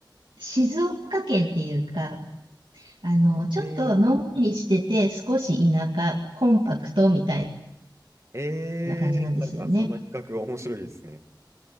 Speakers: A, on the right; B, on the right.
A: 静岡県っていうか、あの、ちょっとのんびりしてて、
B: え
A: 少し田舎、コンパクトみたい
B: ー、えー、
A: な感じなんですよね。
B: なんかその比較面白いですね。